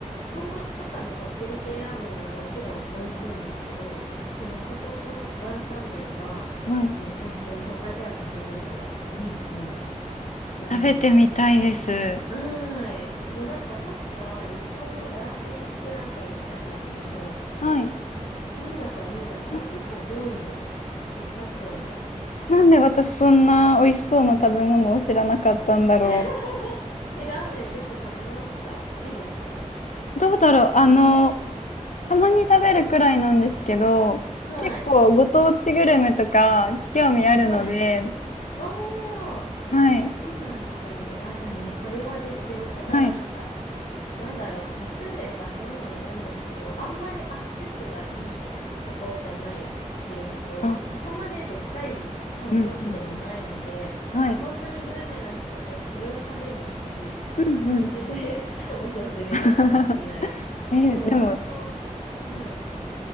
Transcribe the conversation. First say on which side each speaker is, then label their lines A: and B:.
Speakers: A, on the left (about 90°); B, on the left (about 65°).
A: 豚骨とかのこってり系ラーメンももちろん美味しいんですけど、でもそこのワンタン麺は、
B: はい。
A: もう本当に他じゃ食べれない美味しいラーメンなんですよ。
B: 食べてみたいです。
A: はーい。もうなんか確か日本のラーメングランプリみたいなのでも、
B: はい。
A: なんか1位だか2位だかな、
B: あ
A: 結構上位にいたと思います。
B: なんで私そんな美味しそうな食べ物を知らなかったんだろう。
A: <laughs> え、ラーメンよく食べますか好きですか
B: どうだろう。あの、たまに食べるくらいなんですけど、
A: はい。
B: 結構ご当地グルメとか興味あるので、
A: はい。ああ。
B: はい。
A: そうなんですね。あ、じゃあもうこれはぜひ、でもただ、
B: はい。
A: なんか、なんだろう、まあ、住んでる場所にもよるんですけど、あんまりアクセスがいいところじゃないっていうのと、
B: あ、
A: そこまででっかい観光地でもないので、
B: うんうん。はい。
A: もう本当にグルメな人がそれを食べに行く感じで
B: うんうん。
A: <laughs> 訪れる感じになるかも。
B: <laughs> え、
A: でも本当、
B: でも、
A: はい。